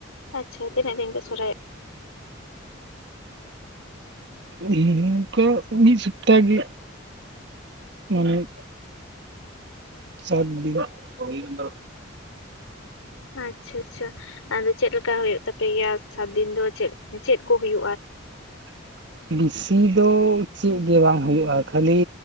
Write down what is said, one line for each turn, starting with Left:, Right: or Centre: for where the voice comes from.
Left: ᱟᱪᱪᱷᱟ ᱛᱤᱹ ᱫᱤᱱ ᱯᱮ ᱥᱚᱨᱦᱟᱭᱚᱜᱟ?
Right: ᱱᱤᱝᱠᱟ ᱢᱤᱫ ᱥᱚᱯᱛᱟᱦᱚ ᱜᱮ ᱾ ᱢᱟᱱᱮ ᱥᱟᱛ ᱫᱤᱱ
Left: ᱟᱪᱪᱷᱟ ᱟᱪᱪᱷᱟ ᱟᱫᱚ ᱪᱮᱫᱞᱮᱠᱟ ᱦᱩᱭᱩᱜ ᱛᱟᱯᱮ ᱜᱮᱭᱟ ᱥᱟᱛᱫᱤᱱ ᱫᱚ ᱪᱮᱫ ᱪᱮᱫ ᱠᱚ ᱦᱩᱭᱩᱜ-ᱟ?
Right: <unintelligible> ᱵᱮᱥᱤ ᱫᱚ ᱪᱮᱫᱜ ᱵᱟᱝ ᱦᱩᱭᱩᱜᱼᱟ ᱠᱷᱟᱹᱞᱤ